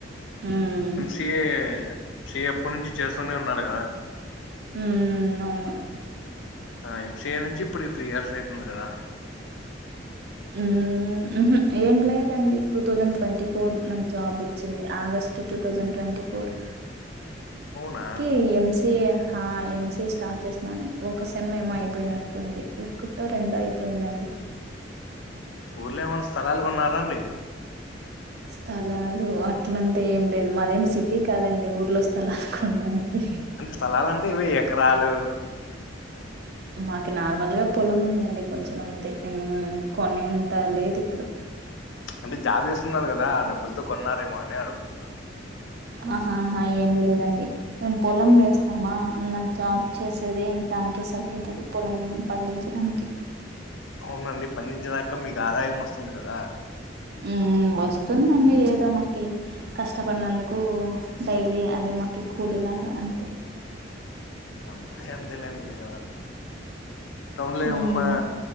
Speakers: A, on the right; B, on the left.
A: ఊమ్
B: సి ఏ సి ఎ ఎప్పటి నుంచి చేస్తూనే ఉన్నారు కదా
A: ఊమ్ నౌను
B: ఆ ఏం సి ఏ నుంచి ఇప్పుడి త్రీ ఇయర్స్ అయితుంది గదా
A: ఉమ్ మ్ హు ఏం లేదండి టూ థౌజండ్ ట్వంటీ ఫోర్ నాకు జాబ్ వచ్చింది August two thousand twenty four
B: అవునా
A: కి ఎంసి హ ఎంసి స్టార్ట్ చేసినయ్ ఒ క్క సెమ్ ఏమో అయిపోయినట్లుంది ఒక్కటో రెండో అయిపోయిందండి
B: ఊర్లో ఏమనా స్థలాలు కొన్నారాండి
A: స్థలాలు అట్లంతా ఏం లేదు మాదేం సిటీ కాదండి ఊర్లో స్థలాలు కొనడానికి
B: అంటే స్థలాలంటే ఇవే ఎకరాలు
A: మాకి నార్మల్గా పొలం ఉందండి కొంచం మంతే మ్ కొనేంత లేదు ఇప్పుడు
B: అంటే జాబ్ చేస్తున్నారు కదా ఆ డబ్బుల్తో కొన్నారేమో అని అడుగుతున్నా
A: ఆహాహా ఏం లేదండి మేమ్ పొలం వేస్తామా నాకు జాబ్ చేసేదే ఇంకా దానికే సరిపోతది పొలం పండించడానికి
B: అవునండి పండించేదాక మీకు ఆదాయం వస్తుంది కదా
A: మ్ వస్తుందండి ఏదో మకి కష్టపడినందుకు డైలీ అది మాకి కూలిలాగా అంతే
B: అందరికి అంతేలేండి వేరే వాళ్ళు టౌన్ లో
A: మ్మ్
B: ఏమన్నా